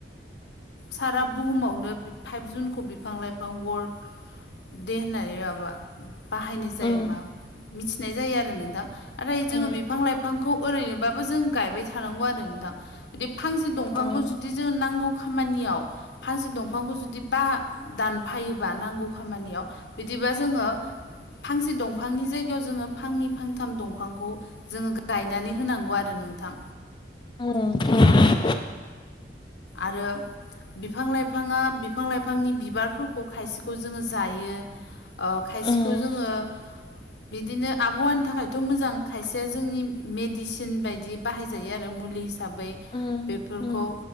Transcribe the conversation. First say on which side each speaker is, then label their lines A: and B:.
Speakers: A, on the left (about 75°); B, on the left (about 25°).
A: सारा बुहुमावनो फाइभ जुनखौ बिफां लाइफां वर्ड दे होननानै माबा बाहायनाय जायो
B: उम
A: मा मिथिनाय जायो आरो नोंथां आरो जोंङो
B: उम
A: बिफां लाइफांखौ ओरैनोबाबो जों गायबाय थानांगौ आरो नोंथां बिदि फांसे दंफांखौ
B: उम
A: जुदि जोंनो नांगौ खामानियाव फांसे दंफांखौ जु दि बा दानफायोबा नांगौ खामानियाव बिदिबा जोंङो फांसे दंफांनि जायगायाव जोंङो फांनै फांथाम दंफांखौ जोंङो गायनानै होनांगौ आरो नोंथां।
B: ओम औ <unintelligible>
A: आरो बिफां लाइफांङा बिफां लाइफांनि बिबारफोरखौ खायसेखौ जोंङो जायो। ओ खायसेखौ
B: उम
A: जोंङो बिदिनो आबहावानि थाखायथ' मोजां खायसेया जोंनि मेडिसिन बायदि बाहायजायो आरो मुलि हिसाबै
B: उम
A: बेफोरखौ
B: उम